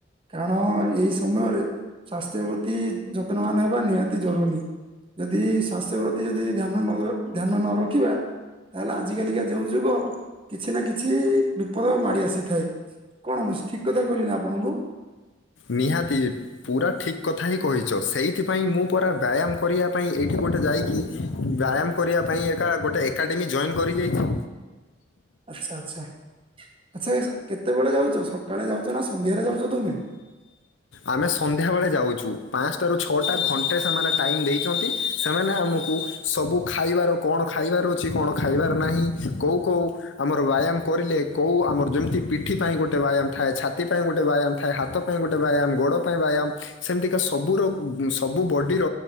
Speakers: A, on the right; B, on the left.
A: କାରଣ ଏଇ ସମୟରେ ସ୍ୱାସ୍ଥ୍ୟ ପ୍ରତି ଯତ୍ନବାନ ହେବା ନିହାତି ଜରୁରୀ। ଯଦି ସ୍ୱାସ୍ଥ୍ୟ ପ୍ରତି ଯଦି ଧ୍ୟାନ ନ ଧ୍ୟାନ ନ ରଖିବା ତାହେଲେ ଆଜି କାଲିକା ଯେଉଁ ଯୁଗ କିଛି ନା କିଛି ବିପଦ ମାଡି ଆସିଥାଏ କଣ ମୁଁ ଠିକ କଥା କହିଲି ନା ଆପଣଙ୍କୁ?
B: ନିହାତି। ପୁରା ଠିକ୍ କଥା ହି କହିଚ ସେଇଥିପାଇଁ ମୁଁ ପରା ବ୍ୟାୟାମ କରିବା ପାଇଁ ଏଇଠି ଗୋଟେ ଯାଇକି ବ୍ୟାୟାମ କରିବା ପାଇଁ ଏକା ଗୋଟେ ଏକାଡେମୀ ଜଏନ୍ କରିଯାଇଛି।
A: ଆଚ୍ଛା ଆଚ୍ଛା। ଆଛା କେତେବେଳେ ଯାଉଛ ସକାଳେ ଯାଉଛ ନା ସନ୍ଧ୍ୟାରେ ଯାଉଛ ତମେ?
B: ଆମେ ସନ୍ଧ୍ୟାବେଳେ ଯାଉଚୁ ପାଁସଟାରୁ ଛଅଟା
A: ଆଚ୍ଛା
B: ଘଣ୍ଟେ ସେମାନେ ଟାଇମ୍ ଦେଇଚନ୍ତି। ସେମାନେ ଆମକୁ ସବୁ ଖାଇବାର କଣ ଖାଇବାର ଅଛି କଣ ଖାଇବାର ନାହିଁ କୋଉ କୋଉ ଆମର ବ୍ୟାୟାମ କରିଲେ କୋଉ ଆମର ଯେମିତି ପିଠି ପାଇଁ ଗୋଟେ ବ୍ୟାୟାମ ଥାଏ ଛାତି ପାଇଁ ଗୋଟେ ବ୍ୟାୟାମ ଥାଏ ହାତ ପାଇଁ ଗୋଟେ ବ୍ୟାୟାମ ଗୋଡ଼ ପାଇଁ ବ୍ୟାୟାମ ସେମିତିକା ସବୁର ସବୁ ବଡ଼ିର।